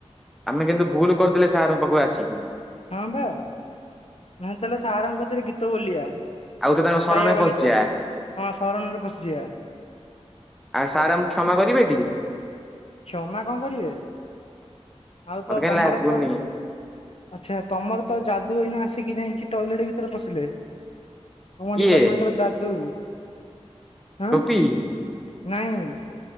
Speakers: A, in the centre; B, on the left (about 60°).
A: ଆମେ କିନ୍ତୁ ଭୁଲ କରିଦେଲେ ସାରଙ୍କ ପାଖକୁ ଆସିକି।
B: ହଁ ବା ନ ହେଲେ ଚାଲ ସାର୍ ଙ୍କ କତିରେ ଗୀତ ବୋଲିବା।
A: ଆଉ ତ ତାଙ୍କ ଶରଣରେ
B: ସାଇବାବା
A: ପଶିଯିବା।
B: ଗୀତ ହଁ ସରଣରେ ପଶିଯିବା।
A: ଆଉ ସାର୍ ଆମକୁ କ୍ଷମା କରିବେ ଟି?
B: କ୍ଷମା କଣ କରିବେ, ଆଉ
A: ମତେ
B: ତ
A: କାହିଁ
B: ତମର
A: ଲାଗୁନି
B: ତ ଆଚ୍ଛା ତମର ତ ଯାଦୁ ଏଇନା ଆସିକି ଯାଇଁକି ଟଏଲେଟ ଭିତରେ ପଶିଲେ। ତୁମ
A: କିଏ
B: ଡିପାର୍ଟମେଣ୍ଟର ଯାଦୁ ହଁ
A: ଟୋପି
B: ନାଇଁ